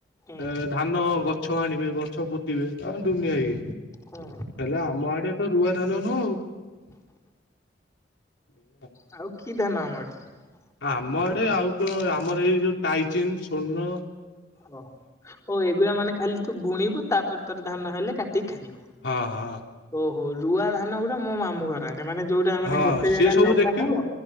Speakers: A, on the left (about 15°); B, on the left (about 85°).
A: ହୁଁ
B: ଅ ଧାନ ଗଛ ଗଛ ଆଣିବେ ଗଛ ପୁତିବେ ତା <unintelligible> ହେଲେ
A: ହୁଁ
B: ଆମ ଆଡେ ତ ରୁଆ ଧାନ <unintelligible> ନ ଆଉ।
A: ଆଉ <unintelligible>
B: ଆମ ଆଡେ ଆଉ ତ ଆମର ଏଇ ଯୋଉ ଟାଇଚନ୍, ସ୍ୱର୍ଣ୍ଣ
A: ଓ ହ ଏଗୁଡା ମାନେ ଖାଲି ତୁ ବୁଣିବୁ ତାପରେ ତୋର ଧାନ ହେଲେ କାଟିକି ଖାଇଲୁ
B: ହଁ ହଁ
A: ଓ ହଉ ରୁଆ ଧାନ ଗୁଡା ମୋ ମାମୁଁ ଘର ସେମାନେ ଯୋଉଟା ମାନେ
B: ହଁ
A: ଗୋଟେ
B: ସିଏ
A: ଜାଗା
B: ସବୁ
A: ଲଗା
B: ଦେଖିବୁ
A: ହବ